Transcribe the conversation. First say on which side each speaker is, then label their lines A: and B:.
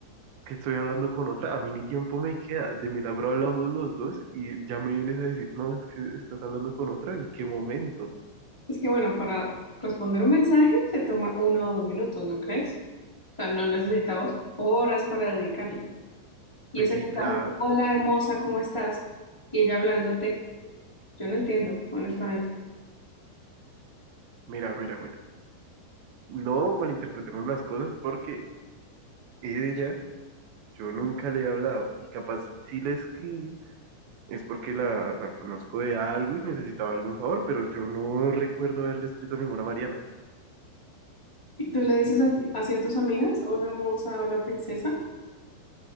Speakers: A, on the right; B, on the left.
A: que estoy hablando con otra, a mí ni tiempo me queda, de milagro hablamos los dos, y ya me vienes a decir, no, es que estás hablando con otra, ¿en qué momento?
B: Es que bueno, para responder un mensaje se toma uno o dos minutos, ¿no crees? O sea, no necesitamos horas para dedicarle. Y
A: Pues
B: ese
A: sí,
B: mensaje,
A: claro,
B: hola hermosa, ¿cómo estás? Y ella hablándote, yo no entiendo, honestamente.
A: mira, mira, mira, no malinterpretemos las cosas porque ella, yo nunca le he hablado, y capaz sí le escribí es porque la, la conozco de algo y necesitaba algún favor, pero yo no recuerdo haberle escrito a ninguna Mariana.
B: ¿Y tú le dices a ti- así a tus amigas, hola hermosa, hola princesa?